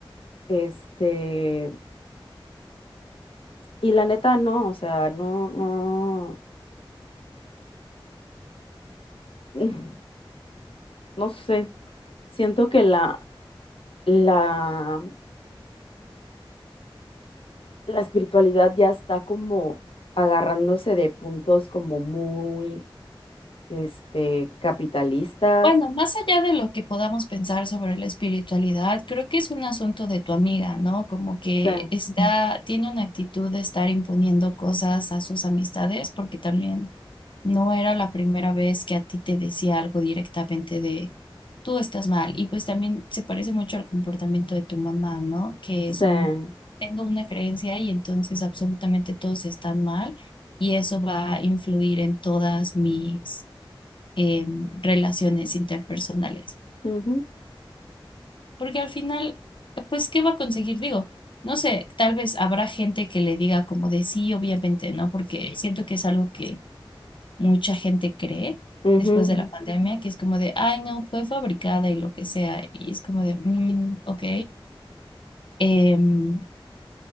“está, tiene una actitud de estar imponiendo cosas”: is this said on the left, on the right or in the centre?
Left